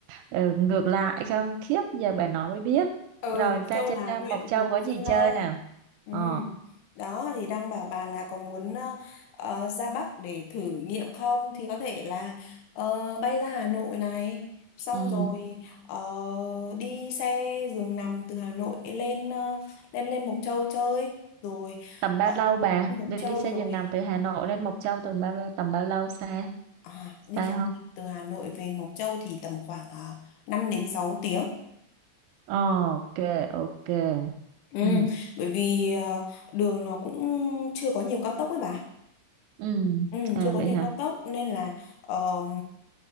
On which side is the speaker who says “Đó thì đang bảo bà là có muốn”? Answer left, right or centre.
Left